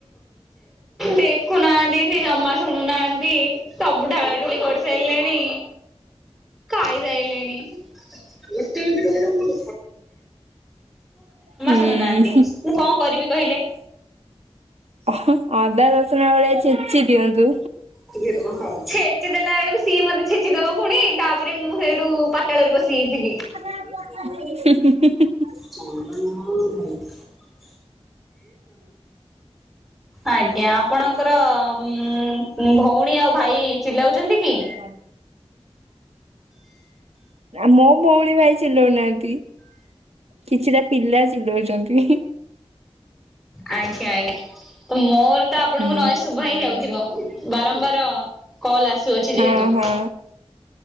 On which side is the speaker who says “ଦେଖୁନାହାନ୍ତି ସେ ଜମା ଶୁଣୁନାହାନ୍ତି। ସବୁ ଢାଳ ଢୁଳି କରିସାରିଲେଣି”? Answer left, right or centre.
Centre